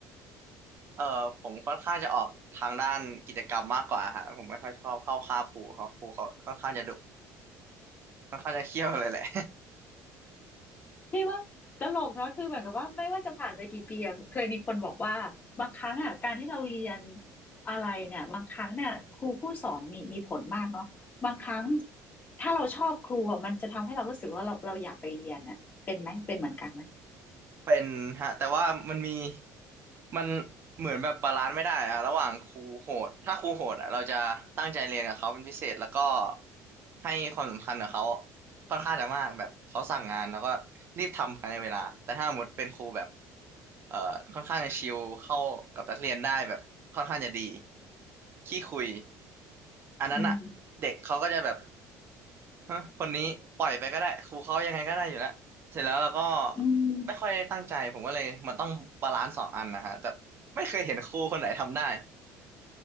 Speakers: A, on the right; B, on the left.
A: เออผมค่อนข้างจะออกทางด้านกิจกรรมมากกว่าฮะผมไม่ค่อยชอบเข้าค่าบครูเขาครูเขาค่อนข้างจะดุค่อนข้างจะเขี่ยวเลยแหละ
B: พี่ว่าตลกเนาะคือเหมือนกับว่าไม่ว่าจะผ่านไปกี่ปีอะเคยมีคนบอกว่าบางครั้งอ่ะการที่เราเรียนอะไรเนี่ยบางครั้งเนี่ยครูผู้สอนมีมีผลมากเนาะบางครั้งถ้าเราชอบครูอะมันจะทำให้เรารู้สึกว่าเราเราอยากไปเรียนอ่ะเป็นไหมเป็นเหมือนกันไหม
A: เป็นฮะแต่ว่ามันมีมันเหมือนแบบบาลานซ์ไม่ได้อะระหว่างครูโหดถ้าครูโหดอะเราจะตั้งใจเรียนกับเขาเป็นพิเศษแล้วก็ให้ความสำคัญกับเขาค่อนข้างจะมากแบบเขาสั่งงานแล้วก็รีบทำภายในเวลาแต่ถ้าสมมติเป็นครูแบบเอ่อค่อนข้างจะชิลเข้ากับนักเรียนได้แบบค่อนข้างจะดีขี้คุยอันนั้นอะเด็กเขาก็จะแบบ
B: อืม
A: ฮะคนนี้ปล่อยไปก็ได้ครูเขายังไงก็ได้อยู่แล้วเสร็จแล้วเราก็
B: อืม
A: ไม่ค่อยได้ตั้งใจผมก็เลยมันต้องบาลานซ์สองอันนะฮะแต่ไม่เคยเห็นครูคนไหนทำได้